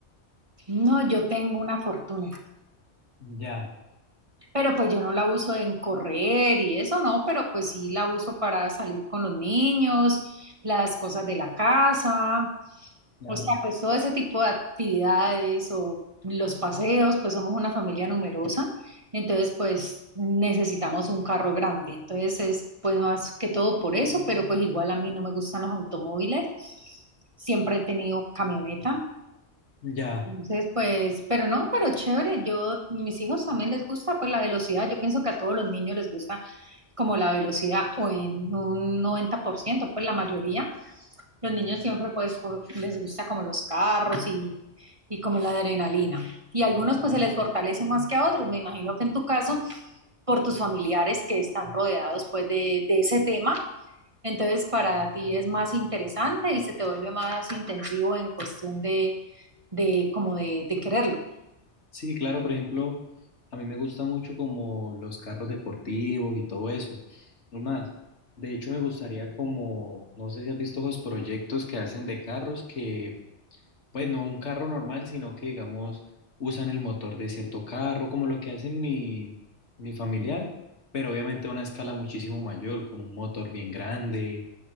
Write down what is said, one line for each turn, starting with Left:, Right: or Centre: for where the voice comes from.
Right: No, yo tengo una fortuna,
Left: Ya,
Right: pero pues yo no la uso en correr y eso no, pero pues sí la uso para salir con los niños, las cosas de la casa.
Left: Claro.
Right: O sea, pues todo ese tipo de actividades o los paseos, pues somos una familia numerosa, entonces pues necesitamos un carro grande, entonces es pues más que todo por eso, pero pues igual a mí no me gustan los automóviles, siempre he tenido camioneta,
Left: ya.
Right: entonces pues, pero no, pero chévere, yo, mis hijos también les gusta pues la velocidad, yo pienso que a todos los niños les gusta como la velocidad o en un 90%, pues la mayoría. Los niños siempre pues por- les gusta como los carros y, y como la adrenalina. Y a algunos pues se les fortalece más que a otros. Me imagino que en tu caso, por tus familiares que están rodeados pues de, de ese tema, entonces para ti es más interesante y se te vuelve más intensivo en cuestión de, de como de, de quererlo.
Left: Sí, claro, por ejemplo, a mí me gusta mucho como los carros deportivos y todo eso. No más, de hecho me gustaría como, no sé si has visto esos proyectos que hacen de carros que, pues no un carro normal, sino que digamos usan el motor de cierto carro, como lo que hacen mi, mi familiar, pero obviamente a una escala muchísimo mayor, como un motor bien grande